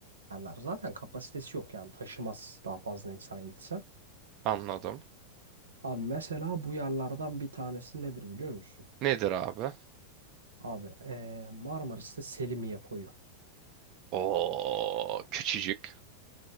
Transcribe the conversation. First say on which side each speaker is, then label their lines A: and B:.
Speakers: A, on the right (about 70°); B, on the right (about 35°).
A: yerler. Zaten kapasitesi yok yani taşımaz daha fazla insan gitse.
B: Anladım.
A: Abi mesela bu yerlerden bir tanesi nedir biliyor musun?
B: Nedir abi?
A: Abi ee, Marmaris'te Selimiye koyu.
B: O küçücük.